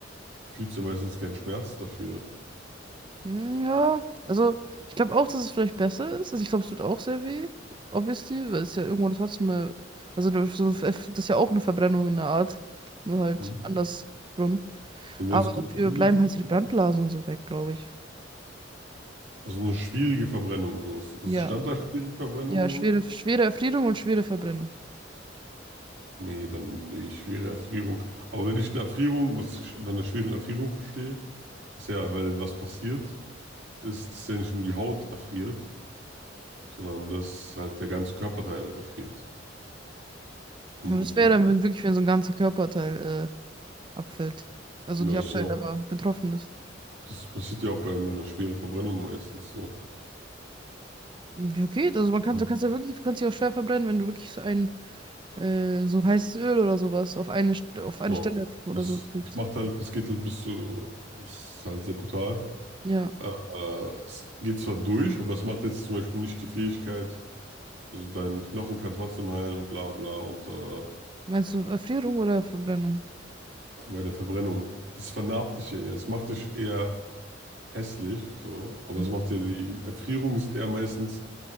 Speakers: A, on the right; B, on the right.
A: Fühlst du meistens keinen Schmerz dafür.
B: Hm, Ja, also ich glaube auch, dass es vielleicht besser ist. Also ich glaube, es tut auch sehr weh, obviously, weil es ja irgendwo trotzdem mal, also du- so, das ist ja auch eine Verbrennung in der Art, nur halt
A: Hm?
B: andersrum.
A: Wenn
B: Aber
A: es gut
B: dafür
A: behandelt
B: bleiben halt so die
A: wird.
B: Brandblasen und so weg, glaube ich.
A: Also eine schwierige Verbrennung so. ist-
B: Ja,
A: Es stand da schwierige Verbrennung
B: ja,
A: so?
B: schwere, schwere Erfrierung und schwere Verbrennung.
A: Nee, dann die schwere Erfrierung. Aber wenn ich eine Erfrierung, was ich unter einer schweren Erfrierung verstehe, das ist ja, weil was passiert, ist, dass ja nicht nur die Haut erfriert, sondern dass halt der ganze Körperteil erfriert. Und
B: Aber das wäre
A: äh, ja,
B: dann wenn wirklich, wenn so ein ganzer Körperteil äh, abfällt. Also
A: das
B: nicht abfällt,
A: ist ja auch,
B: aber betroffen ist.
A: das passiert ja auch bei einer schweren Verbrennung meistens so.
B: Ja, geht. Also man kann,
A: Ja.
B: du kannst ja wirklich, du kannst dich auch schwer verbrennen, wenn du wirklich so einen äh, so heißes Öl oder sowas auf eine, St- auf eine
A: Ja.
B: Stelle oder
A: Das,
B: so kriegst.
A: das macht halt, das geht halt bis zu, das ist halt sehr brutal.
B: Ja.
A: Äh, es geht zwar durch, aber es macht jetzt zum Beispiel nicht die Fähigkeit, also dein Knochen kann trotzdem heilen und bla bla und äh,
B: Meinst du Erfrierung oder Verbrennung?
A: bei der Verbrennung. Das vernarbt dich ja eher. Es macht dich eher hässlich, so, aber
B: Mhm.
A: es macht ja die Erfrierung ist eher meistens,